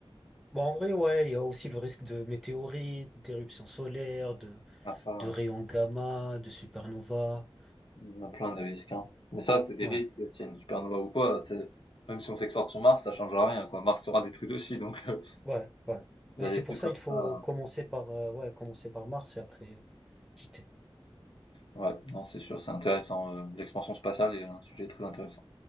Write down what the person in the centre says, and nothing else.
Bon, en vrai, ouais, il y a aussi le risque de météorites, d'éruptions solaires, de,
de rayons gamma, de supernova.
Ouais,
ouais, ouais.
Mais
c'est
pour ça
il faut
commencer par, euh, ouais, commencer par Mars et après quitter.